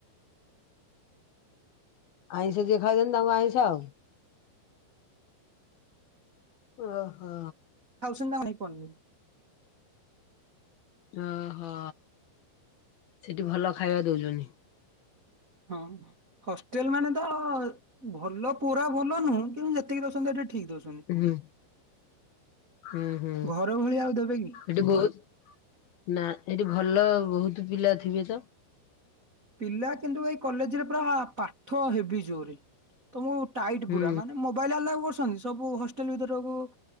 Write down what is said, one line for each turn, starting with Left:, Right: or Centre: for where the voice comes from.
Left: ଆଇଁଷ ଯିଏ ଖାଉଛନ୍ତି ତାଙ୍କୁ ଆଇଁଷ ଆଉ। ଓହୋ।
Right: <unintelligible>
Left: ଓହୋ, ସେଠି ଭଲ ଖାଇବା ଦଉଛନ୍ତି?
Right: ହଁ, ହଷ୍ଟେଲ ମାନେ ତ ଭଲ ପୁରା ଭଲନୁହୁ କିନ୍ତୁ ଯେତିକି ଦଉଛନ୍ତି ହେଟା ଠିକ <unintelligible>
Left: <unintelligible> ହୁଁ ହୁଁ।
Right: ଘର ଭଳିଆ ଆଉ ଦେବେ କି?
Left: ଏଠି ବହୁତ, ନା ଏଠି ଭଲ ବହୁତୁ ପିଲା ଥିବେ ତ?
Right: ପିଲା କିନ୍ତୁ ଏଇ କଲେଜରେ ପୁରା ପାଠ ହେବି ଜୋରେ। ତମକୁ ଟାଇଟ୍
Left: ହୁଁ
Right: ପୁରା, ମାନେ ମୋବାଇଲ ଆଲାଉ କରୁଛନ୍ତି ସବୁ ହଷ୍ଟେଲ ଭିତରକୁ